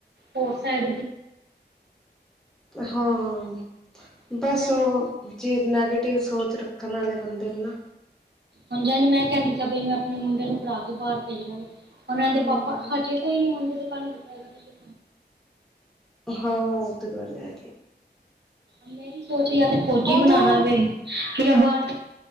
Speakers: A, on the right; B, in the centre.
A: ਹੋਰ ਸਾਈ
B: ਹਾਂ-ਹਾਂ
A: ਹੁਣ
B: ਬੱਸ
A: ਜਾ
B: ਉਹ ਜੇ ਨੈਗੇਟਿਵ ਸੋਚ ਰੱਖਣ ਵਾਲੇ ਬੰਦੇ ਨੂੰ ਨਾ
A: ਹਾਂਜੀ-ਹਾਂਜੀ, ਮੈਂ ਕਹਿੰਦੀ ਸੀ ਬਈ ਮੈਂ ਆਪਣੇ ਮੁੰਡੇ ਨੂੰ ਫੜਾ ਕੇ ਬਾਹਰ ਭੇਜਣਾ ਵੀ। ਹੁਣ ਇਹਦੇ
B: ਹਮ
A: ਪਾਪਾ ਹਜੇ ਔਖਾ ਨੀ ਮੰਨਦੇ ਕੱਲ ਨੂੰ ਵੱਡਾ ਹੋਗਏ
B: ਹਾਂ, ਉਹ ਤੇ ਗੱਲ ਆ।
A: ਮੇਰੀ ਸੋਚ ਜਾ ਤੇ ਫੌਜੀ
B: ਉਦੋਂ
A: ਬਣਾਉਣਾ ਵੇ, ਯਾ ਬਾਹਰ ਭੇ